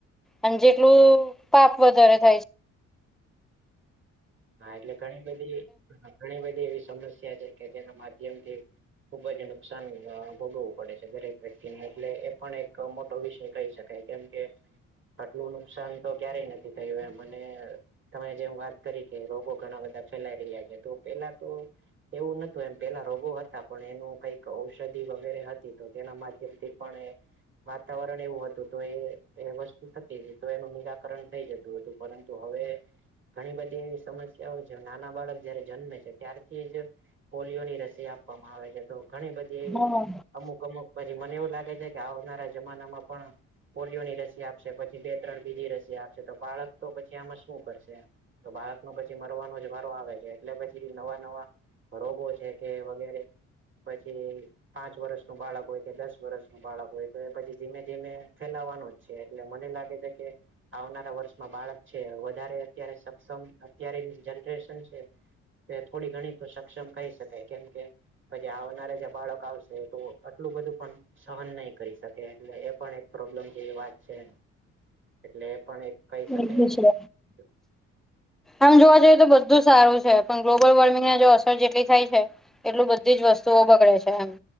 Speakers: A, in the centre; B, on the right.
A: અને જેટલું પાપ વધારે થાય છે
B: હા એટલે ઘણી બધી ઘણી બધી એવી સમસ્યા છે કે જેના માધ્યમથી ખુબ જ નુકસાન ભોગવું પડે છે દરેક વ્યક્તિને એટલે એ પણ એક મોટો વિષય કહી શકાય કેમ કે આટલું નુકસાન તો ક્યારેય નથી થયું એ મને તમે જેમ વાત કરી કે રોગો ઘણા બધા ફેલાઈ રહ્યા છે તો પેલા તો એવું નતું એમ પેલા રોગો હતા પણ એનું કઈક ઔષધિ વગેરે હતી તો તેના માધ્યમથી પણણે વાતાવરણ એવું હતું તો એ વસ્તુ થતી હતી તો એનું નિરાકરણ થઈ જતું હતું પરંતુ હવે ઘણી બધી એવી સમસ્યા હો છે નાના બાળક જયારે જન્મે છે ત્યારથી જ પોલિયોની રસી આપવામાં આવે છે તો ઘણી બધી એવી
A: હા
B: અમુક અમુક પછી મને એવું લાગે છે કે આવનારા જમાનામાં પણ પોલિયોની રસી આપશે પછી બે ત્રણ બીજી રસી આપશે તો બાળક તો પછી આમાં શું કરશે તો ભાર પછી મરવાનો જ વારો આવે છે એટલે પછી નવા નવા રોગો છે કે વગેરે પછી પાંચ વર્ષ ન બાળક હોય કે દસ વર્ષ ન બાળક હોય તો એ પછી ધીમે ધીમે ફેલાવાનું જ એટલે મને લાગે છે કે આવનારા વર્ષમાં બાળક છે વધારે અત્યારે સક્ષમ અત્યારેની જનરેશન છે તે થોડી ઘણી તો સક્ષમ કહી શકાય કેમ કે પછી આવનારા જે બાળક આવશે તો આટલું બધું પણ સહન નહી કરી શકે એટલે એ પણ એક પ્રોબ્લેમ જેવી વાત છે એટલે એ પણ એક કહી શકાય
A: વકમ સમ
B: <unintelligible>
A: આમ જોવા જઈએ તો બધું સારું છે પણ ગ્લોબલ વોર્મિંગને જો અસર જેટલી થાય છે એટલું બધી જ વસ્તુઓ બગડે છે એમ